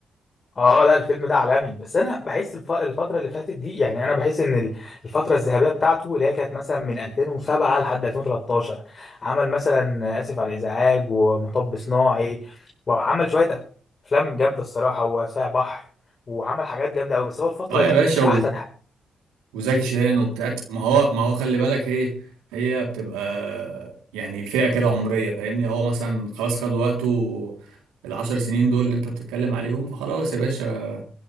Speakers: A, on the left (about 45°); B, on the right (about 85°).
A: اه لا الفيلم ده عالمي بس انا بحس الف... الفتره اللي فاتت دي يعني انا بحس ان ال- الفتره الذهبيه بتاعته اللي هي كانت مثلا من 2007 لحد 2013 عمل مثلا اسف على الازعاج ومطب صناعي وعمل شويه افلام جامده الصراحه وصايع بحر وعمل حاجات جامده قوي بس هو الفتره
B: اه
A: دي
B: يا باشا
A: مش احسن حاجه
B: وزكي شان وبتاع ما هو ما هو خلي بالك ايه هي بتبقى يعني فئة كده عمرية فاهمني هو مثلا خلاص خد وقته العشر سنين دول اللي انت بتتكلم عليهم فخلاص يا باشا